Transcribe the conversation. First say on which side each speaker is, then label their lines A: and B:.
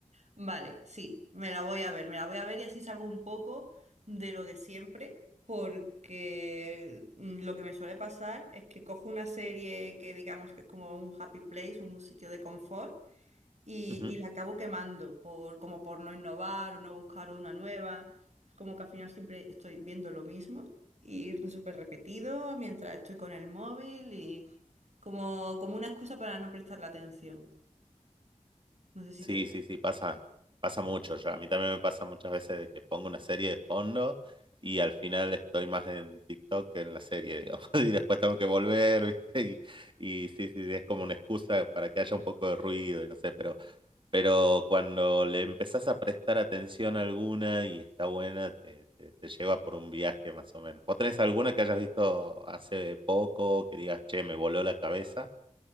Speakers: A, on the right (about 60°); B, on the right (about 40°).
A: Vale, sí, me la voy a ver, me la voy a ver y así salgo un poco de lo de siempre, porque mm, lo que me suele pasar es que cojo una serie que digamos que es como un happy place, un sitio de confort, y,
B: Ujú.
A: y la acabo quemando por, como por no innovar o no buscar una nueva. Es como que al final siempre estoy viendo lo mismo y súper repetido mientras estoy con el móvil y como, como una excusa para no prestar la atención. No sé si
B: Sí,
A: te pasa.
B: sí, sí, pasa, pasa mucho ya. A mí también me pasa muchas veces de que pongo una serie de fondo y al final estoy más en TikTok que en la serie, digamos. <laughs> Y después tengo que volver, ¿viste? Y, y sí, sí, sí, es como una excusa para que haya un poco de ruido y no sé, pero pero cuando le empezás a prestar atención a alguna y está buena, te, te- te lleva por un viaje más o menos. ¿Vos tenés alguna que hayas visto hace poco que digas, che, me voló la cabeza?